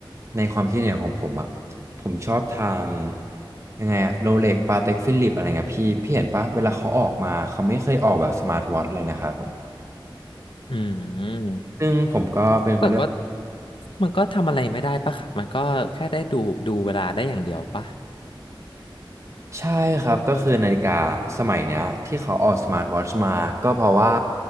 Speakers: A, on the right; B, on the left.
A: ในความคิดเห็นของผมอะผมชอบทางยังไงอะโรเล็กปาเต็กฟิลิปอะไรเงี้ยพี่พี่เห็นปะเวลาเขาออกมาเขาไม่เคยออกแบบสมาร์ทวอทช์เลยนะครับผม
B: อืม
A: ซึ่งผมก็เป็นคนที่
B: แต่ก็มันก็ทำอะไรไม่ได้ปะครับมันก็แค่ได้ดูดูเวลาได้อย่างเดียวปะ
A: ใช่ครับก็คือนาฬิกาสมัยเนี้ยที่เขาออกสมาร์ทวอทช์มาก็เพราะว่า